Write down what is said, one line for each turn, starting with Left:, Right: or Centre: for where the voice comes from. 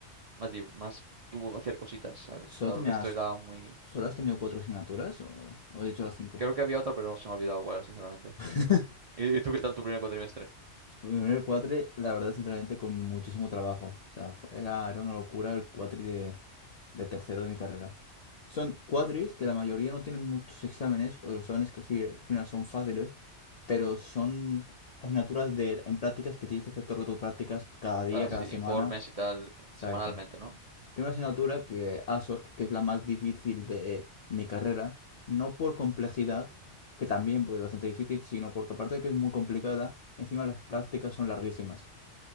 Right: más, di- más tuvo hacer cositas, ¿sabes?
Left: ¿Solo
Right: La-
Left: tenías,
Right: El resto era muy...
Left: solo has tenido cuatro asignaturas o, o he dicho las cinco?
Right: Creo que había otra, pero no se me ha olvidado cuál, sinceramente.
Left: <laughs>
Right: ¿Y, y tú qué tal tu primer cuatrimestre?
Left: Primero el cuatri, la verdad, sinceramente, con muchísimo trabajo. O sea, fu- era, era una locura el cuatri de, de tercero de mi carrera. Son cuatris que la mayoría no tienen muchos exámenes, o los exámenes que fi- al final son fáciles, pero son asignaturas de, en prácticas que tienes que hacer todo el rato prácticas cada día,
Right: Ah,
Left: cada
Right: sí,
Left: semana.
Right: informes y tal, ca-
Left: Exacto.
Right: semanalmente, ¿no?
Left: Tengo una asignatura que ASORC, que es la más difícil de mi carrera, no por complejidad, que también pues, es bastante difícil, sino porque aparte de que es muy complicada, encima las prácticas son larguísimas.